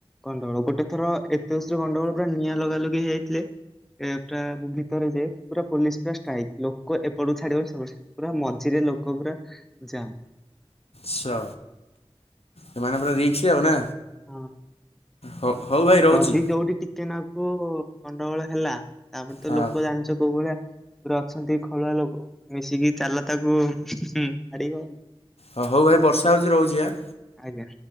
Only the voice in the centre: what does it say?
ଗଣ୍ଡଗୋଳ ଗୋଟେ ଥର ଏତେ ଜୋର୍ ସେ ଗଣ୍ଡଗୋଳ ପୁରା ନିଆଁ ଲଗା ଲଗି ହେଇଯାଇଥିଲେ। ଏ ପୁରା ଭିତରେ ଯେ ପୁରା ପୋଲିସ ପୁରା ଷ୍ଟ୍ରାଇକ୍ ଲୋକ ଏପଟୁ ଛାଡ଼ିବେନୀ ସେପଟୁ ଛା ପୁରା ମ ଝିରେ ଲୋକ ପୁରା ଯାମ୍
ହଁ
ଯଦି ଯୋଉଠି ଟିକେ ନା କୁ ଗଣ୍ଡଗୋଳ ହେଲା ତାପରେ ତ
ଲୋକ ଜାଣିଛ କୋଉ ଭଳିଆ ପୁରା ଅଛନ୍ତି ଖଳୁଆ ଲୋକ ମିଶିକି ଚାଲ ତାକୁ ମାଡ଼ିବା।
ଆଜ୍ଞା।